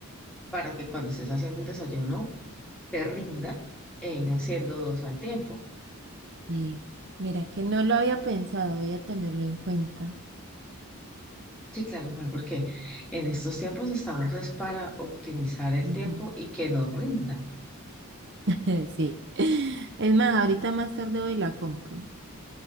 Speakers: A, in the centre; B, on the right.
A: para que cuando estés haciendo el desayuno te rinda e ir haciendo dos al tiempo.
B: Sí. Mira que no lo había pensado, voy a tenerlo en cuenta.
A: Sí, claro, mujer, porque en estos tiempos estamos es para optimizar el
B: Ujú.
A: tiempo y que nos rinda.
B: <laughs> Sí. Es más, ahorita más tarde voy y la compro.